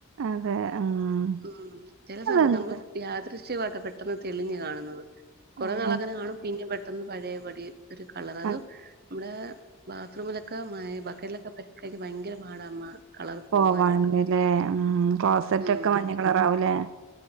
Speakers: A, on the right (about 65°); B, on the right (about 50°).
A: അതെ ഉം
B: ഉ ചില
A: അതെന്ത്
B: സമയത്ത് നമ്മള് യാത്ര ക്ഷ്യമായിട്ടെ പെട്ടെന്ന് തെളിഞ്ഞ് കാണുന്നത്. കുറേ
A: ഏഹ്
B: നാൾ അങ്ങനെ കാണും പിന്നെ <unintelligible> ട്ടന്ന് പഴയപടി ഒരു കളർ അത്
A: അഹ്
B: നമ്മടെ ബ ത്ര മുലൊക്കെ മ ബക്കിലൊക്കെ പറ്റ കഴിഞ്ഞ ഭയങ്കര പാടാമ്മ കളർ
A: പോവാനല്ലേ
B: പോവാനായിട്ട്.
A: ആ ക്ലോസറ്റ്
B: ഉം
A: റ്റൊക്ക മഞ്ഞ കളറാവില്ല ആ